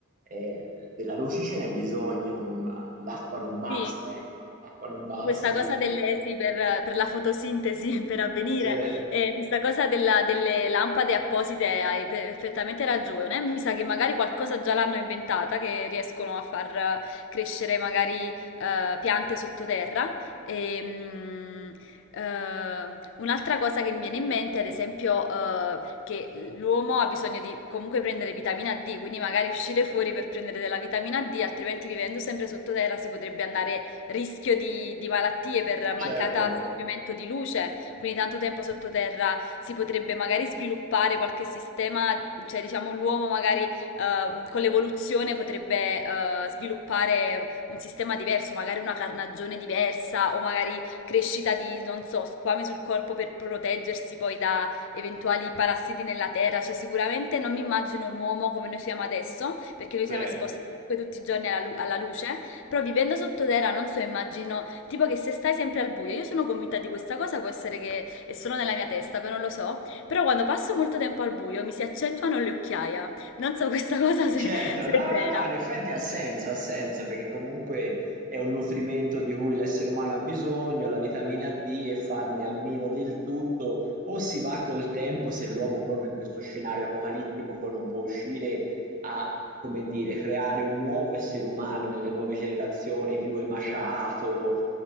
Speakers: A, on the right; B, on the left.
A: eh, della luce ce n'è bisogno, non l'acqua non basta,
B: Sì.
A: ecco, l'acqua non basta,
B: Questa cosa
A: quindi...
B: delle sì, per per la fotosintesi, <laughs> per avvenire,
A: Sì,
B: ehm, questa cosa della delle lampade apposite hai perfettamente ragione. Mi sa che magari qualcosa già l'hanno inventata, che riescono a far eh, crescere magari, ehm, piante sottoterra. Ehm, ehm, un'altra cosa che mi viene in mente, ad esempio, ehm, che l'uomo ha bisogno di comunque prendere vitamina D, quindi magari uscire fuori per prendere della vitamina D, altrimenti vivendo sempre sottoterra si potrebbe andare rischio di, di malattie per mancata
A: certo,
B: assorbimento di luce, quindi tanto tempo sottoterra si potrebbe magari sviluppare qualche sistema, cioè diciamo l'uomo magari ehm, con l'evoluzione potrebbe eh, sviluppare un sistema diverso, magari una carnagione diversa o magari crescita di, non so, squame sul corpo per proteggersi poi da eventuali parassiti nella terra, cioè sicuramente non mi immagino un uomo come noi siamo adesso, perché noi
A: sì,
B: siamo esposti comunque tutti i giorni alla, lu- alla luce, però vivendo sottoterra, non so, immagino, tipo che se stai sempre al buio, io sono convinta di questa cosa, può essere che è solo nella mia testa, poi non lo so, però quando passo molto tempo al buio mi si accentuano le occhiaie. Non so questa <laughs> cosa se,
A: certo,
B: se
A: no,
B: è vera.
A: no, no, in effetti ha senso, ha senso, perché comunque è un nutrimento di cui l'essere umano ha bisogno, la vitamina D, e farne a meno del tutto, o si va col tempo, se l'uomo proprio in questo scenario apocalittico non può uscire, a, come dire, creare un nuovo essere umano nelle nuove generazioni più emaciato,